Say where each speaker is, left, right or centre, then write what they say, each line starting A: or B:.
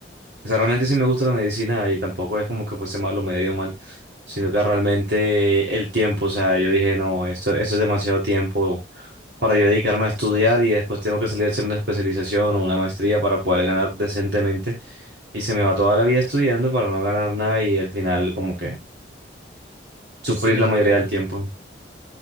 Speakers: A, on the right; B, on the right.
A: o sea, realmente sí me gusta la medicina y tampoco es como que fuese malo o me haya ido mal, sino que realmente el tiempo, o sea, yo dije, no, esto, esto es demasiado tiempo para yo dedicarme a estudiar y después tengo que salir a hacer una especialización o una maestría para poder ganar decentemente. Y se me va toda la vida estudiando para no ganar nada y al final como que sufrir
B: sí, es
A: la mayoría
B: verdad,
A: del tiempo.